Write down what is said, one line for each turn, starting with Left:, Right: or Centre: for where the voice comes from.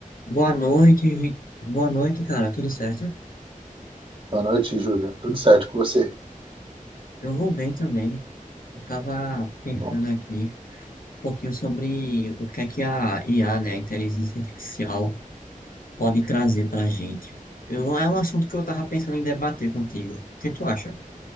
Left: Boa noite, Vi- boa noite, cara. Tudo certo?
Right: Boa noite, Júlio. Tudo certo com você?
Left: Eu vou bem também. Eu tava pensando
Right: Bom.
Left: aqui um pouquinho sobre o que é que a IA, né, a né, inteligência artificial, pode trazer pra gente. Eu, é um assunto que eu tava pensando em debater contigo. O que tu acha?